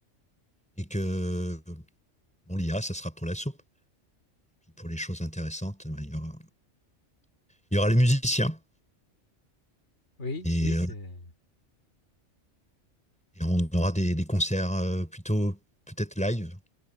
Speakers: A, in the centre; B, on the left.
A: et que bon, l'IA, ça sera pour la soupe. Puis pour les choses intéressantes, ben, il, y aura, il y aura les musiciens,
B: Oui,
A: et,
B: oui,
A: euh,
B: c'est...
A: et on aura des, des concerts euh, plutôt peut-être live,